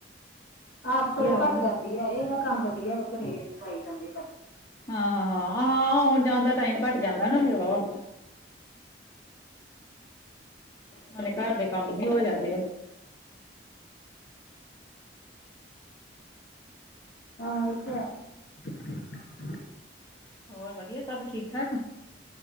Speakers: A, on the left; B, on the left.
A: ਆਪ ਸਗੋਂ
B: ਵਾ
A: ਘੱਟ
B: ਫਿਰ
A: ਕਰਦੀ ਆ ਏਦਾ ਕੰਮ ਵਧੀਆ ਵਾ ਘਰੇ ਖਵਾਈ ਜਾਂਦੀ ਵੱਧ।
B: ਹਾਂ-ਹਾਂ-ਹਾਂ ਅਹਾ ਹੋਣ ਜਾਣ ਦਾ ਟਾਈਮ ਘੱਟ ਜਾਂਦਾ ਨਾ ਫੇਰ ਵਾਵਾ ਨਾਲੇ ਘਰ ਦੇ ਕੰਮ ਵੀ ਹੋ ਜਾਂਦੇ ਆ।
A: ਆਹੀ ਤਾਂ। <inaudible>
B: ਹੋਰ ਵਧੀਆ ਸਭ ਠੀਕ ਠਾਕ।